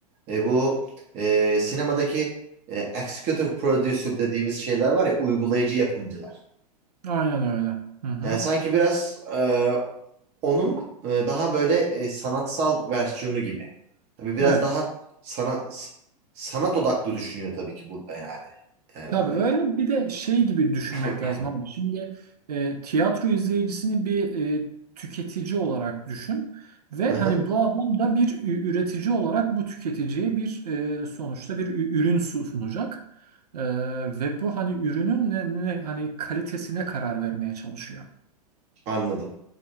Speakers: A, on the right; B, on the right.
A: Ee, bu e, sinemadaki e, executive producer dediğimiz şeyler var ya uygulayıcı yapımcılar.
B: aynen öyle. Hı hı.
A: Yani sanki biraz e, onun e, daha böyle e, sanatsal versiyonu gibi. Tabii biraz
B: Evet.
A: daha sanat sanat odaklı düşünüyor tabii ki burada yani herhalde.
B: Tabii öyle bir de şey gibi düşünmek
A: <laughs>
B: lazım
A: <clears throat>
B: abi. Şimdi e, tiyatro izleyicisini bir e, tüketici olarak düşün ve
A: Hı hı,
B: hani bu adam da bir ü- üretici olarak bu tüketiciye bir e, sonuçta bir ü- ürün su- sunacak. E, ve bu hani ürünün ne, ne- hani kalitesine karar vermeye çalışıyor.
A: Anladım.